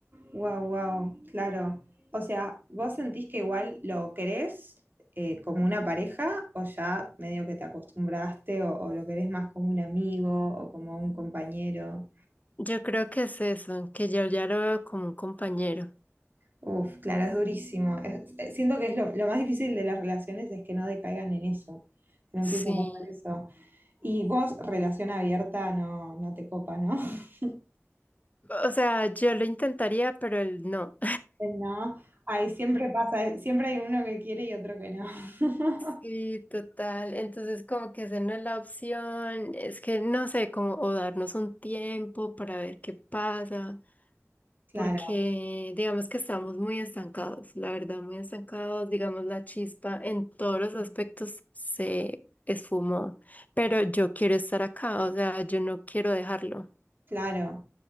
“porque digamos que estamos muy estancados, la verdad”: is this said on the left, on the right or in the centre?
Left